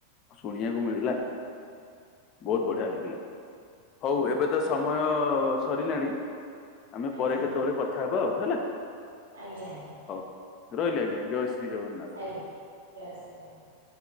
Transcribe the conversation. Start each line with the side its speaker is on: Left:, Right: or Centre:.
Left: ଶୁଣିବାକୁ ମିଳିଲା। ବହୁତ ବଢିଆ ଲାଗିଲା। ହଉ ଏବେ ତ ସମୟ ସରିଲାଣି ଆମେ
Right: ଆଜ୍ଞା
Left: ପରେ କେତେବେଳେ
Right: ଆଜ୍ଞା
Left: କଥା ହବା ଆଉ ହେଲା।
Right: ଆଜ୍ଞା ଆଜ୍ଞା
Left: ହଉ। ରହିଲି ଆଜ୍ଞା, ଜୟ ଶ୍ରୀ ଜଗନ୍ନାଥ।
Right: ଆଜ୍ଞା, ଜୟ ଶ୍ରୀ ଜଗନ୍ନାଥ।